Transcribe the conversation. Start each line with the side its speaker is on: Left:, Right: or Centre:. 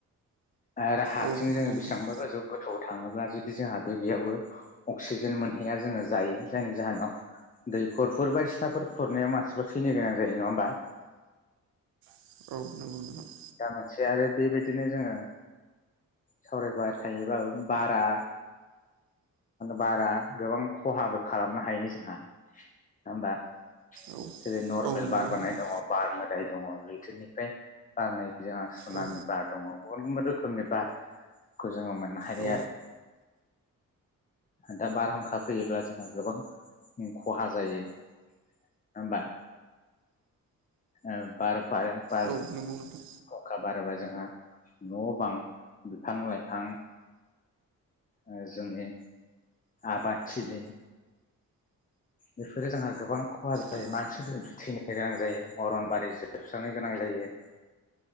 Left: आरो हारसिं
Right: औ
Left: जोङो
Right: नंगौ
Left: बेसेबांबा
Right: नोंथां
Left: गोजौ गोथौ थाङोब्ला जुदि जोंहा बे बेयावबो अक्सिजेन मोनहैया जोङो जायो जायनि जाहोनाव दैखरफोर बायदिसिनाफोर खुरनायाव मानसिफोर थैनो गोनां जायो नङा होमबा
Right: <inaudible>
Left: मा मोनसे आरो बेबायदिनो जोङो सावरायबाय थायोबाबो बारा बारा गोबां खहाबो खालामनो हायो जोंहा ना होमबा
Right: औ
Left: जेरै नर्मेल
Right: औ नंगौ
Left: बार बारनाय
Right: नोंथां
Left: दङ बार मोदाय दङ लै बोथोरनिफ्राय बारनाय जोंहा सुनामि
Right: औ
Left: बार दङ गुबुन गुबुन रोखोमनि बारखौ जोङो मोननो हायो
Right: औ
Left: आरो दा बारहुंखा फैयोब्ला जोंहा गोबां खहा जायो नङा होमबा। ओ बार बारो बार
Right: औ नंगौ नोंथां
Left: अखाबा सोरबा जोंहा न' बां बिफां लाइफां ओ जोंनि आबादथिलि बेफोरो जोंहा गोबां खहा जायो
Right: औ
Left: मानसि दुमसि थैनो गोनां जायो अरनबारि जोबस्रांनो गोनां जायो।